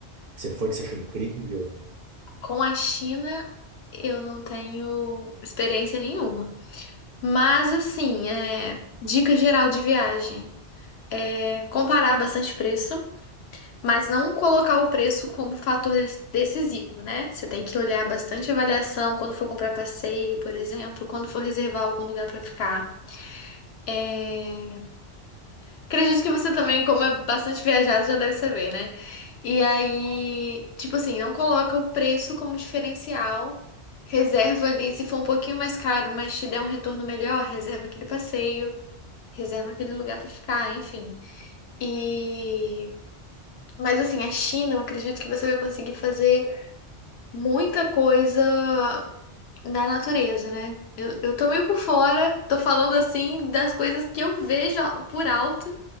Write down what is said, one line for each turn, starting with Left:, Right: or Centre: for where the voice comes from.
Right: Que você foi, que você achou incrível?
Left: Com a China, eu não tenho experiência nenhuma. Mas, assim, é... dica geral de viagem é comparar bastante preço. Mas não colocar o preço como fator de- decisivo, né? Você tem que olhar bastante a avaliação quando for comprar passeio, por exemplo, quando for reservar algum lugar para ficar. É, Acredito que você também, como é bastante viajado, já deve saber, né? E aí, tipo assim, não coloca o preço como diferencial. Reserva ali, se for um pouquinho mais caro, mas te der um retorno melhor, reserva aquele passeio, reserva aquele lugar para ficar, enfim. E mas assim, a China, eu acredito que você vai conseguir fazer muita coisa na natureza, né? Eu, eu tô meio por fora, tô falando assim das coisas que eu vejo por alto,